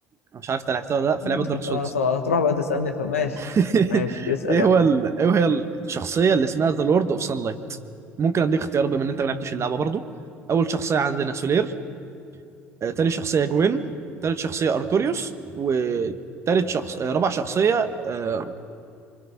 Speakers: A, on the right (about 40°); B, on the left (about 80°).
A: مش عارف انت لعبتها ولا لا في
B: انت
A: لعبة دارك سولز
B: هتروح بقى تسألني فماشي
A: <laughs>
B: ماشي اسأل
A: ايه
B: يا
A: هو ال... ايه هي الشخصية اللي اسمها ذا لورد اوف لايت ممكن اديك اختيار بما ان انت ما لعبتش اللعبة برضو اول شخصية عندنا سولير آه، تاني شخصية جوين تالت شخصية ارتوريوس وتالت شخص آه، رابع شخصية آه،